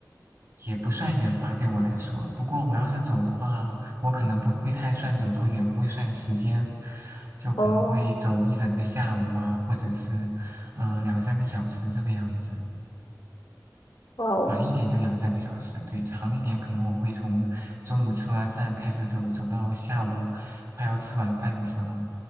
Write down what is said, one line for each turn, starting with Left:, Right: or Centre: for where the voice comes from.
Right: 也不算远吧，对我来说。不过我要是走的话，我可能不会太算走多远，我会算时间，就可能会走一整个下午啊，
Left: 哦，
Right: 或者是呃两三个小时这个样子。
Left: 哇哦，
Right: 晚一点就两三个小时，对，长一点可能我会从中午吃完饭开始走，走到下午快要吃晚饭的时候。